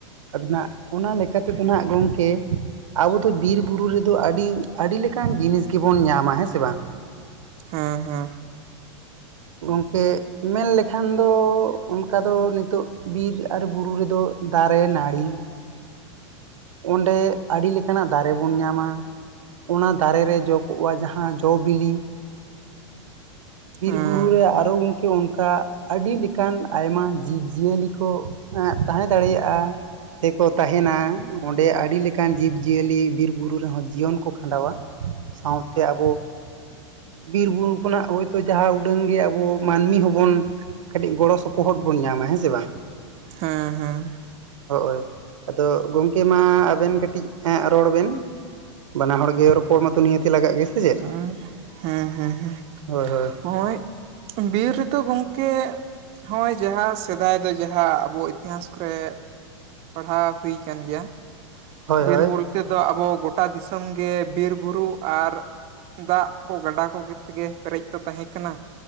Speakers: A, on the right (about 85°); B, on the right (about 40°).
A: ᱟᱞᱤᱧ ᱦᱟᱸᱜ ᱚᱱᱟ ᱞᱮᱠᱟ ᱛᱮᱫᱚ ᱱᱟᱦᱟᱸᱜ ᱜᱚᱝᱠᱮ ᱟᱵᱚ ᱫᱚ ᱵᱤᱨ ᱵᱩᱨᱩ ᱨᱮᱫᱚ ᱟᱹᱰᱤ ᱟᱹᱰᱤ ᱞᱮᱠᱟᱱ ᱡᱤᱱᱤᱥ ᱜᱮ ᱵᱚᱱ ᱧᱟᱢᱟ ᱦᱮᱸ ᱥᱮ ᱵᱟᱝ?
B: ᱦᱮᱸ ᱦᱮᱸ᱾
A: ᱜᱚᱝᱠᱮ ᱢᱮᱱ ᱞᱠᱷᱟᱱ ᱫᱚ ᱚᱱᱠᱟ ᱫᱚ ᱱᱤᱛᱳᱜ ᱵᱤᱨ ᱟᱨ ᱵᱩᱨᱩ ᱨᱮᱫᱚ ᱫᱟᱨᱮ ᱱᱟᱲᱤ᱾ ᱚᱸᱰᱮ ᱟᱹᱰᱤ ᱞᱮᱠᱟᱱᱟᱜ ᱫᱟᱨᱮ ᱵᱚᱱ ᱧᱟᱢᱟ᱾ ᱚᱱᱟ ᱫᱟᱨᱮ ᱨᱮ ᱡᱚ ᱠᱚᱜ-ᱟ ᱡᱟᱦᱟᱸ ᱡᱚ ᱵᱤᱞᱤ᱾ ᱵᱤᱨ
B: ᱦᱮᱸ
A: ᱵᱩᱨᱩ ᱨᱮ ᱟᱨᱚ ᱜᱚᱝᱠᱮ ᱚᱱᱠᱟ ᱟᱹᱰᱤ ᱞᱮᱠᱟᱱ ᱟᱭᱢᱟ ᱡᱤᱵᱽ ᱡᱤᱭᱟᱹᱞᱤ ᱠᱚ ᱮᱸᱜ ᱛᱟᱦᱮᱸ ᱫᱟᱲᱮᱭᱟᱜ-ᱟ᱾ ᱥᱮ ᱠᱚ ᱛᱟᱦᱮᱱᱟ᱾ ᱚᱸᱰᱮ ᱟᱹᱰᱤ ᱞᱮᱠᱟᱱ ᱡᱤᱵᱽᱡᱤᱭᱟᱹᱞᱤ ᱵᱤᱨ ᱵᱩᱨᱩ ᱨᱮᱦᱚᱸ ᱡᱤᱭᱚᱱ ᱠᱚ ᱠᱷᱟᱸᱰᱟᱣᱟ ᱥᱟᱶᱛᱮ ᱟᱵᱚ ᱵᱤᱨ-ᱵᱩᱨᱩ ᱠᱷᱚᱱᱟᱜ ᱦᱳᱭᱛᱳ ᱡᱟᱦᱟᱸ ᱩᱰᱟᱹᱝ ᱜᱮᱭᱟ ᱟᱵᱚ ᱢᱟᱹᱱᱢᱤ ᱦᱚᱸᱵᱚᱱ ᱠᱟᱹᱴᱤᱡ ᱜᱚᱲᱚ ᱥᱚᱯᱚ ᱯᱚᱦᱚᱫ ᱵᱚᱱ ᱧᱟᱢᱟ ᱦᱮᱸ ᱥᱮ ᱵᱟᱝ?
B: ᱦᱮᱸ ᱦᱮᱸ᱾
A: ᱦᱳᱭ ᱟᱫᱚ ᱜᱚᱝᱠᱮ ᱢᱟ ᱟᱵᱮᱱ ᱠᱟᱹᱴᱤᱡ ᱮᱸᱜ ᱨᱚᱲ ᱵᱮᱱ᱾ ᱵᱟᱱᱟ ᱦᱚᱲ ᱜᱮ ᱨᱚᱯᱚᱲ ᱢᱟᱛᱚ ᱱᱤᱦᱟᱹᱛᱤ ᱞᱟᱜᱟᱜ ᱜᱮ ᱥᱮ ᱪᱮᱫ?
B: ᱦᱩᱸ ᱦᱮᱸ ᱦᱮᱸᱦᱮᱸ
A: ᱦᱳᱭ ᱦᱳᱭ
B: ᱦᱚᱜ-ᱚᱭ ᱵᱤᱨ ᱱᱤᱛᱳᱜ ᱫᱚ ᱜᱚᱝᱠᱮ ᱦᱚᱜ-ᱚᱭ ᱡᱟᱦᱟᱸ ᱥᱮᱫᱟᱭ ᱫᱚ ᱡᱟᱦᱟᱸ ᱟᱵᱚ ᱤᱛᱤᱦᱟᱥ ᱠᱚᱨᱮ ᱯᱟᱲᱦᱟᱣ ᱦᱩᱭ ᱠᱟᱱ ᱜᱮᱭᱟ᱾
A: ᱦᱳᱭ ᱦᱳᱭ
B: ᱵᱤᱨ ᱵᱚᱞᱛᱮ ᱫᱚ ᱟᱵᱚ ᱜᱚᱴᱟ ᱫᱤᱥᱚᱢ ᱜᱮ ᱵᱤᱨ-ᱵᱩᱨᱩ ᱟᱨ ᱫᱟᱜ ᱠᱚ ᱜᱟᱰᱟ ᱠᱚᱜᱮ ᱛᱮᱜᱮ ᱯᱮᱨᱮᱡ ᱛᱚ ᱛᱟᱦᱮᱸ ᱠᱟᱱᱟ,